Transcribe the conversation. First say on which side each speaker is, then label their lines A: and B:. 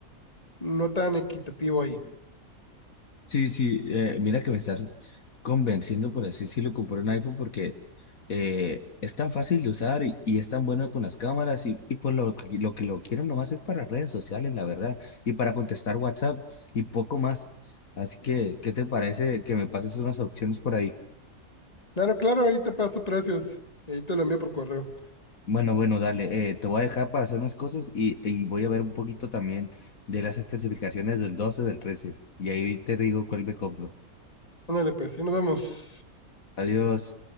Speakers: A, on the left; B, on the left.
A: no tan equitativo ahí.
B: Sí, sí, eh, mira que me estás convenciendo, por así decirlo, comprar un iPhone porque eh, es tan fácil de usar y, y es tan bueno con las cámaras y, y por lo que, lo que lo quiero nomás es para redes sociales, la verdad, y para contestar WhatsApp y poco más. Así que, ¿qué te parece que me pases unas opciones por ahí?
A: Claro, claro, ahí te paso precios. Ahí te lo envío por correo.
B: Bueno, bueno, dale, eh, te voy a dejar para hacer unas cosas y, y voy a ver un poquito también de las especificaciones del 12 del 13 y ahí te digo cuál me compro.
A: Ándale, pues, ahí nos vemos.
B: Adiós.